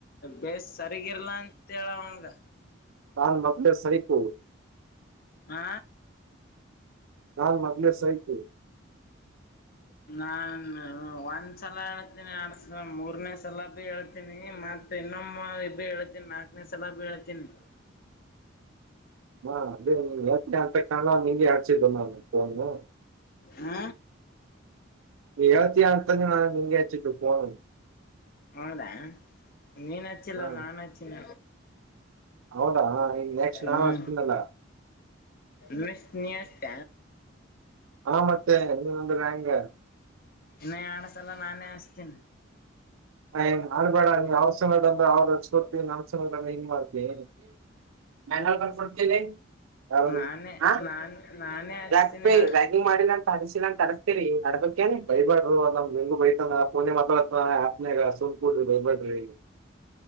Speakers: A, on the left; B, on the right.
A: ಬೇಸ್ ಸರಿಗಿರ್ಲ್ಲಾ ಅಂತ ಹೇಳ್ ಅವಂಗಾ
B: ನಾನ್ ಮೊದ್ಲೇ ಸೈಕೂ
A: ಆ
B: ನಾನ್ ಮೊದ್ಲೆ ಸೈಕೂ
A: ನಾ ಒಂದ್ಸಲ ಹೇಳ್ತೀನಿ ಎರಡ್ಸಲ ಮೂರ್ನೆ ಸಲಾಗೂ ಹೇಳ್ತೀನಿ ಮತ್ ಇನ್ನೊಮ್ಮೆ ಇದೆ ಹೇಳ್ತನಿ ನಾಕನೇ ಸಲಾಗು ಹೇಳ್ತೀನಿ
B: ಹ ಅದೇ ನೀ ಹೇಳ್ತೀಯ ಅಂತ ನಿಂಗೆ ಆಗಸಿದು ನಾನು <unintelligible>
A: ಹ
B: ಎವತ್ತಿಯ ಅಂತ ನಾನು ನಿಂಗ ಹಚ್ಚಿದ ಫೋನು
A: ಹೌದಾ ನೀನ್ ಹಚ್ಚಿಲ್ಲ
B: ಹಾ
A: ನಾನನ್ ಹಚ್ಚಿನ
B: ಹೌದಾ ಇನ್ ನೆಕ್ಸ್ಟ್
A: ಹ್ಮ
B: ನಾನ್ ಹಚ್ತೀನಲ್ಲ
A: ಮ ನೀಷ್ಟತ
B: ಹಾ ಮತ್ತೆ ಇ ಒಂದ ಹೆಂಗ
A: ಇನ್ನ ಯಣಸಲ್ಲ ನಾನೇ ಅಸ್ತಿನ
B: ಆನ್ ಮಾಡಬೇಡ ನೀ ಅವ್ರ ಸನದ ಅ್ರ ಅವ್ರಕ ಕೊಡ್ತೀ ನಮ್ ಸಮನಂದ ಹಿಂಗ್ ಮಾಡ್ತವಿ ಮಂಗಲ್ ಬಫಡ್ತಿ ಹೌದು
A: ನಾನೇ
B: ಹ
A: ನಾನ್ ನಾನೇ ಹಚ್ತೀನಿ
B: ಯಾಕಪ್ಪ
A: ಹಾ
B: ರ್ಯಾಗಿಂಗ್ ಮಾಡಿಲ್ಲ ಅಂತ ಹಸಿಲ್ಲ ಅಂತ ಅರಸ್ತೀರಿ ನಡ್ಬ ಬಯಬಾರಡ ನಮ್ಂಗ ಬತಾನ ಫನೆ ಮಾತಾಡ್ತಾನ ರಾಸುಮ ಕುಡ್ರಿ ಬೈಬ್ಯಾಡರಿ